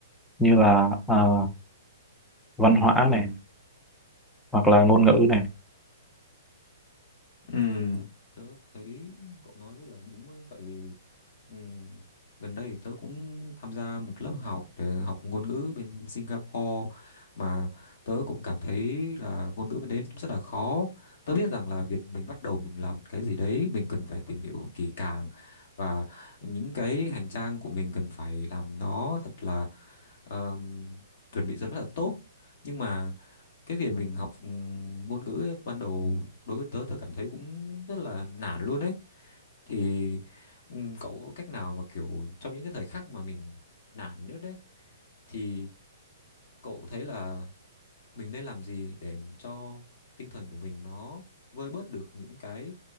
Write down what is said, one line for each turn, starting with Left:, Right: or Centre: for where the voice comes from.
Centre: như là ờ, văn hóa này hoặc là ngôn ngữ này
Left: Ừm, Tớ thấy cậu nói rất là đúng ấy, tại vì Ừm, Gần đây thì tớ cũng tham gia một lớp học để học ngôn ngữ bên Singapore mà tớ cũng cảm thấy là ngôn ngữ bên đấy cũng rất là khó. Tớ biết rằng là việc mình bắt đầu mình làm cái gì đấy mình cần phải tìm hiểu kỹ càng và những cái hành trang của mình cần phải làm nó thật là ờm, chuẩn bị rất là tốt. Nhưng mà cái việc mình học ừ, ngôn ngữ ấy, ban đầu đối với tớ tớ cảm thấy cũng rất là nản luôn đấy thì ừ, cậu có cách nào mà kiểu trong những cái thời khắc mà mình nản nhất đấy thì cậu thấy là mình nên làm gì để cho tinh thần của mình nó vơi bớt được những cái